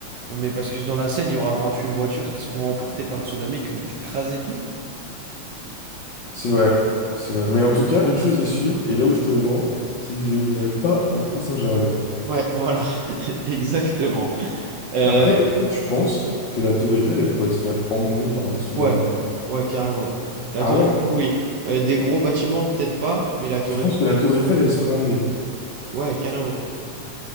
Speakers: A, on the right (about 70°); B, on the left (about 65°).
A: Mais parce que dans la Seine, il y aura 28 voitures qui seront emportées par le tsunami qui vont t'écraser tout.
B: C'est vrai, c'est vrai. Mais en tout cas, une chose est sûre, et là où je te rejoins, c'est que je n'irai pas au Pré Saint-Gervais.
A: Ouais, voilà, <laughs> exactement. Euh,
B: Après, est-ce que tu penses que la Tour Eiffel, elle pourrait se faire emmener par un tsunami?
A: Ouais, ouais, carrément. La
B: Ah
A: tour
B: ouais?
A: Eiffel, oui. Euh, des gros bâtiments, peut-être pas, mais la tour
B: Tu penses
A: Eiffel,
B: que la Tour Eiffel, elle se ferait emmener?
A: ouais, carrément.